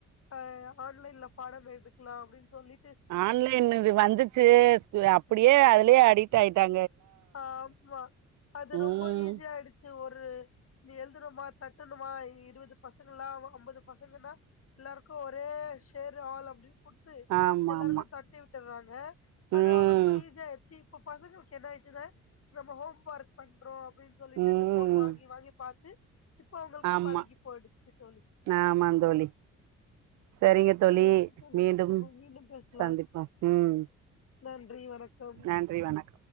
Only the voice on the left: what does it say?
ஆ ஆன்லைன்ல பாடம் எடுக்கலா அப்டின்னு சொல்லி
ம்
ஆமா அது
ரொம்ப ஈஸியாயிடுச்சு ஒரு நீ எழுதணுமா தட்டணுமா இருபது பசங்களா அ அம்பது பசங்கன்னா எல்லாருக்கு ஒரே ஷேர் ஆல் அப்டின் குடுத்து
எல்லாருக்கு
தட்டி வி ட்டறாங்க அது
அவுங்களுக்கு ஈசியாயிடுச்சி இப்ப பசங்களு க்கு என்ன ஆயிடுச்சினா நம்ம ஹோம் ஒர்க் பண்றோ அப்டின்னு சொல்லிட்டு
இந்த ஃபோன் வாங்கி வாங்கி பாத்து இப்ப அவுங்களுக்கு
பழகி போயிடுச்சு தோழி
சேரிங்க தோழி
நம்ம மீண்டும் பேசலா
நன் றி வணக்கம்